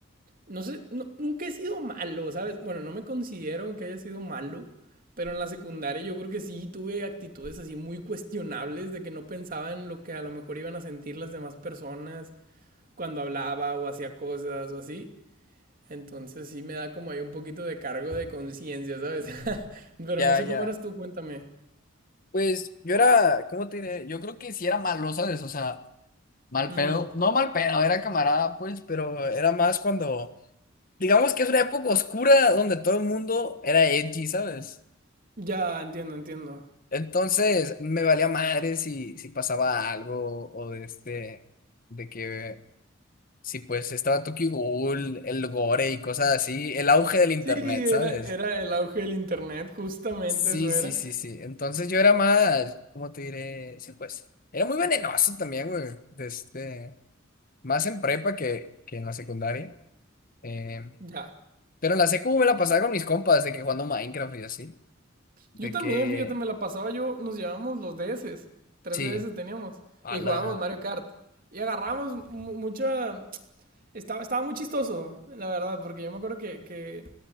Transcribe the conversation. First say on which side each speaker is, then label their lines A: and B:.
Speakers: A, on the right; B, on the left.
A: no sé, no- nunca he sido malo, ¿sabes? Bueno, no me considero que haya sido malo, pero en la secundaria yo creo que sí tuve actitudes así muy cuestionables de que no pensaba en lo que a lo mejor iban a sentir las demás personas cuando hablaba o hacía cosas o así. Entonces sí me da como ahí un poquito de cargo de conciencia, ¿sabes? <laughs> Pero
B: Ya,
A: no sé
B: ya.
A: cómo eras tú, cuéntame.
B: Pues yo era, ¿cómo te diré? Yo creo que sí era malo, ¿sabes? O sea, mal
A: Mm,
B: pedo. No mal pedo, era camarada, pues, pero era más cuando digamos que es una época oscura donde todo el mundo era edgy, ¿sabes?
A: ya, entiendo, entiendo.
B: Entonces me valía madre si, si pasaba algo o de este, de que si pues estaba Tokyo Ghoul, el gore y cosas así, el auge del internet,
A: Sí, era,
B: ¿sabes?
A: era el auge del internet, justamente
B: Sí,
A: eso era.
B: sí, sí, sí. Entonces yo era más, ¿cómo te diré? Sí, pues, era muy venenoso también, güey, de este, más en prepa que, que en la secundaria. Eh,
A: Ya.
B: pero en la secu me la pasaba con mis compas, de que jugando Minecraft y así, de
A: Yo también,
B: que
A: fíjate, me la pasaba yo, nos llevábamos los DS, tres
B: Sí,
A: DS teníamos,
B: a
A: y
B: la...
A: jugábamos Mario Kart. Y agarramos mu- mucha... Estaba, estaba muy chistoso, la verdad, porque yo me acuerdo que, que,